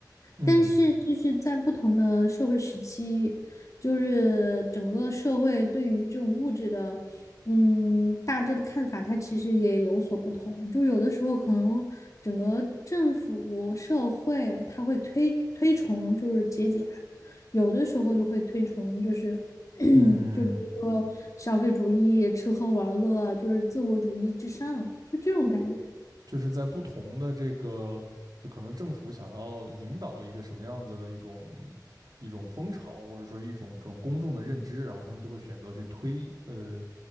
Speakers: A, on the right; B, on the left.
A: 嗯
B: 但是就是在不同的社会时期，就是整个社会对于这种物质的，嗯，大致的看法，它其实也有所不同。就有的时候可能整个政府社会它会推推崇就是节俭，有的时候就会推崇就是 <clears throat>
A: 嗯。
B: 就比如说消费主义、吃喝玩乐，就是自我主义至上，就这种感觉。
A: 就是在不同的这个，就可能政府想要引导一个什么样子的一种一种风潮，或者说一种这种公众的认知，然后他们就会选择去推，呃，